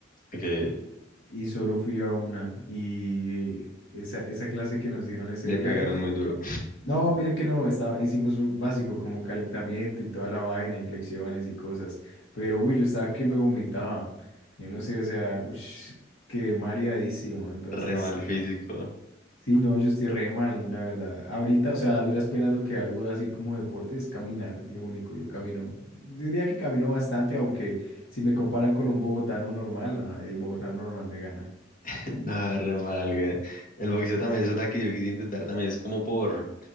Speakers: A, on the left (about 40°); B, on the left (about 75°).
A: que
B: y solo fui a una. Y esa, esa clase que nos dieron ese
A: le
B: día,
A: pegaron
B: uff.
A: muy duro,
B: No, mire que no, estaba, hicimos un básico como calentamiento y toda la vaina y flexiones y cosas, pero uy, yo estaba que me vomitaba, yo no sé, o sea, ush, quedé mareadísimo, entonces,
A: <laughs> re mal
B: eh,
A: físico,
B: sí, no, yo estoy re mal, la verdad. Ahorita, o sea, a duras penas lo que hago así como deporte es caminar, es lo único, yo camino, diría que camino bastante, aunque si me comparan con un bogotano normal, no, el bogotano normal me gana.
A: <laughs> nada, re mal, weón. El boxeo también es otra que yo quise intentar también, es como por,